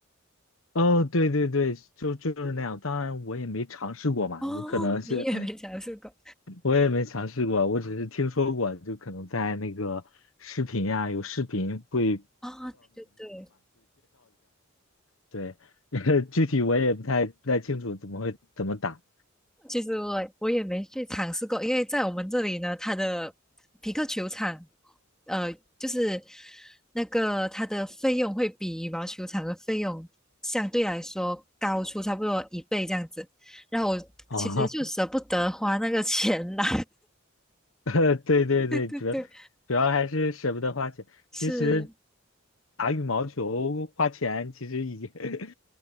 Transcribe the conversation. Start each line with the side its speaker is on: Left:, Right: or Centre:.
Left: 哦对对对，就就是那样，当然我也没尝试过嘛，
Centre: 哦，
Left: 有可能是。
Centre: 你也没尝试过
Left: 我也没尝试过，我只是听说过，就可能在那个视频呀、有视频会，
Centre: 哦，对对对。
Left: 对，<laughs> 具体我也不太不太清楚怎么会怎么打
Centre: 其实我我也没去尝试过，因为在我们这里呢，它的匹克球场，呃，就是那个它的费用会比羽毛球场的费用相对来说高出差不多一倍这样子，然后我其实就舍不得花那个钱啦。
Left: 啊？<laughs> 对对对，
Centre: <laughs>
Left: 主要
Centre: 对，
Left: 主要还是舍不得花钱。
Centre: 是
Left: 其实打羽毛球花钱其实已经 <laughs>